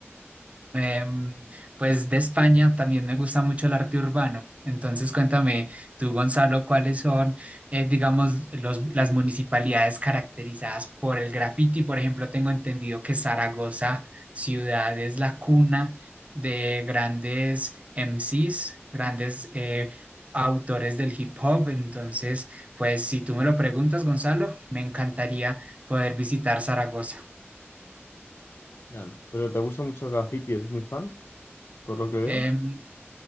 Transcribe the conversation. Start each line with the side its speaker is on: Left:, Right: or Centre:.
Right: Em, pues de España también me gusta mucho el arte urbano. Entonces cuéntame tú, Gonzalo, cuáles son, eh, digamos, los, las municipalidades caracterizadas por el graffiti. Por ejemplo, tengo entendido que Zaragoza, ciudad, es la cuna de grandes MCs, grandes eh, autores del hip hop. Entonces, pues si tú me lo preguntas, Gonzalo, me encantaría poder visitar Zaragoza.
Left: Claro. Pero te gusta mucho el graffiti, eres muy fan, por lo que veo.
Right: Em,